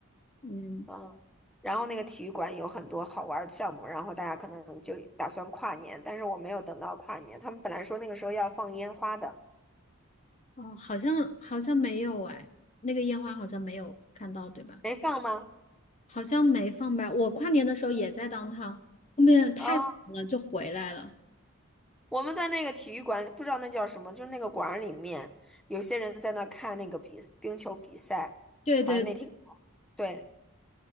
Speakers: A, on the left; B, in the centre.
A: 嗯，
B: 啊。然后那个体育馆有很多好玩儿的项目，然后大家可能就打算跨年，但是我没有等到跨年，他们本来说那个时候要放烟花的，
A: 哦，好像好像没有哎，那个烟花好像没有看到，对吧？
B: 没放吗？
A: 好像没放吧。我跨年的时候也在当趟，后面太晚了就回来了。
B: 啊。我们在那个体育馆里，不知道那叫什么，就是那个馆儿里面，有些人在那看那个比冰球比赛，
A: 对对，
B: 好像那天对，